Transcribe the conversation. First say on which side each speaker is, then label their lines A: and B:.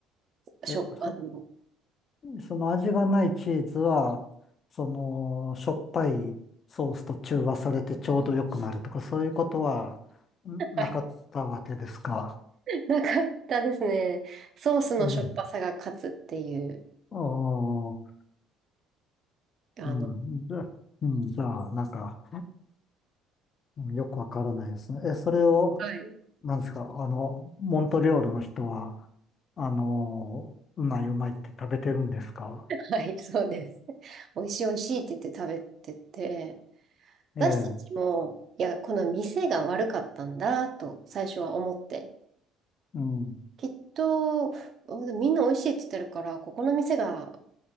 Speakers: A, on the right; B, on the left.
A: 食感の、
B: え、そ、その味がないチーズは、その、しょっぱいソースと中和されてちょうど良くなるとか、そういうことはんなかったわけですか。
A: <laughs> はい、なかったですね。ソースのしょっぱさが勝つっていう、
B: うん。ああ。
A: あの、
B: うん。じゃあ、うん、じゃあ、なんか、うんよくわからないですね。え、それを、
A: はい、
B: なんですか、あの、モントリオールの人は、あの、うまいうまいって食べてるんですか
A: はい、そうです。美味しい美味しいって言って食べてて、
B: ええ、
A: 私たちも、いや、この店が悪かったんだと最初は思って、
B: うん、
A: きっと、みんな美味しいって言ってるから、ここの店が